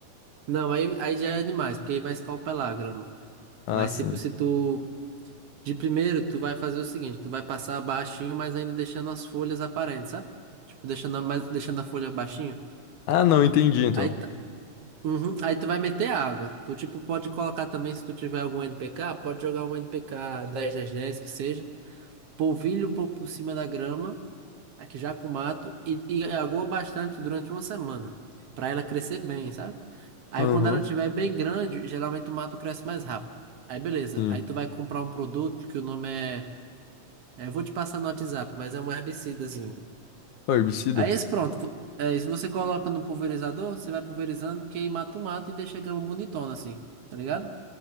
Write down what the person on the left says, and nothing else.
Ah,
sim.
Ah, não, entendi então.
Aham,
sim.
Ó, herbicida.